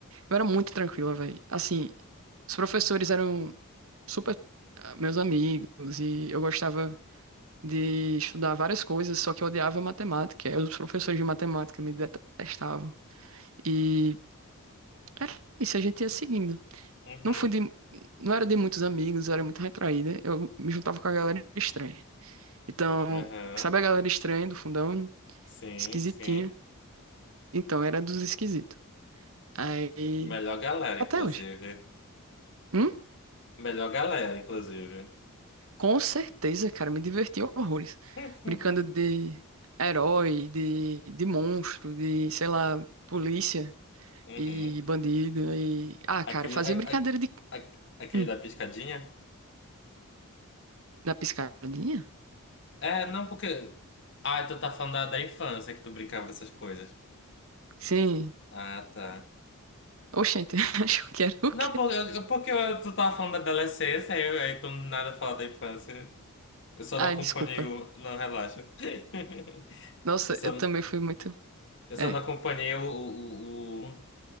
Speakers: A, on the right; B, on the left.
A: eu era muito tranquila, velho. Assim, os professores eram super ah, meus amigos e eu gostava. de estudar várias coisas, só que eu odiava matemática. Aí Os professores de matemática me detestavam. E era isso, a gente ia seguindo.
B: Uhum.
A: Não fui de, não era de muitos amigos, eu era muito retraída. Eu me juntava com a galera estranha. Então,
B: Uhum.
A: sabe a galera estranha do fundão?
B: Sim,
A: Esquisitinha.
B: sim.
A: Então, era dos esquisitos. Aí,
B: Melhor galera,
A: até
B: inclusive.
A: hoje. Hum?
B: Melhor galera, inclusive.
A: Com certeza, cara, me diverti horrores.
B: <laughs>
A: Brincando de herói, de, de monstro, de, sei lá, polícia.
B: Uhum.
A: e bandido e ah, cara,
B: Aquele,
A: fazia
B: a-
A: brincadeira
B: a-
A: de
B: a- aquele
A: hum,
B: da piscadinha?
A: da piscadinha?
B: É, não, porque. Ah, tu tá falando da, da infância que tu brincava dessas coisas.
A: Sim.
B: Ah, tá.
A: Oxente, <laughs> acho que era o
B: Não,
A: quê?
B: por- eu- porque eu- tu tava falando da adolescência, aí, eu- aí quando nada fala da infância, eu só
A: Ai,
B: não acompanhei
A: desculpa.
B: o. Não, relaxa. <laughs>
A: Nossa,
B: Eu só,
A: eu também fui muito.
B: eu só
A: É.
B: não acompanhei o, o- o-